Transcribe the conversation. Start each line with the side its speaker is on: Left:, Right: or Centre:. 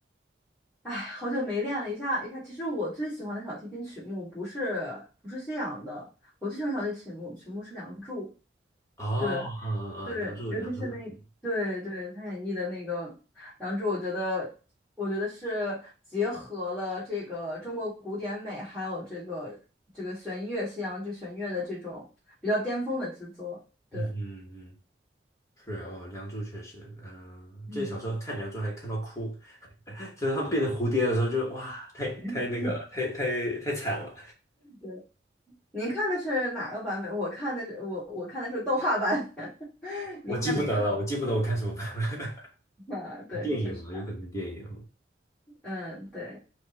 Centre: 哎，好久没练了一下一下。其实我最喜欢的小提琴曲目不是不是西洋的，我最喜欢小提琴曲目曲目是《梁祝》。
Left: 哦，
Centre: 对
Left: 嗯嗯嗯，
Centre: 对，
Left: 梁祝，
Centre: 尤其是那对对他演绎的那个
Left: 梁祝好听。
Centre: 《梁祝》，我觉得我觉得是结合了这个中国古典美，还有这个这个弦乐西洋就弦乐的这种比较巅峰的制作。对，
Left: 嗯嗯嗯。是哦，梁祝确实，嗯、
Centre: 嗯，
Left: 记得小时候看梁祝还看到哭，就是他们变成蝴蝶的时候就，哇，太太那个了，
Centre: <laughs>
Left: 太太太惨了，
Centre: 对。您看的是哪个版本？我看的是我我看的是动画版，<laughs> 您应该没看。
Left: 我记不得了，我记不得我看什么版本，
Centre: <laughs> 啊，对，
Left: <laughs> 电影嘛，
Centre: 确实，
Left: 有可能是电影，
Centre: 嗯，对，